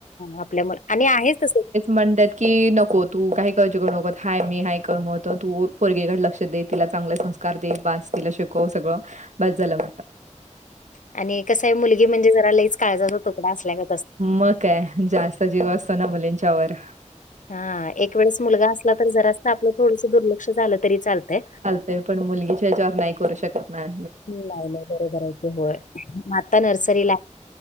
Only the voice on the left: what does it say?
आपल्या आणि आहेच तस
आणि कसं आहे मुलगी म्हणजे जरा लईच काळजाचा तुकडा असल्या गत-
हा एक वेळेस मुलगा असला तर जरास आपलं थोडस दुर्लक्ष झालं तरी चालतय.
नाही नाही बरोबर आहे ते होय मग आता नर्सरिला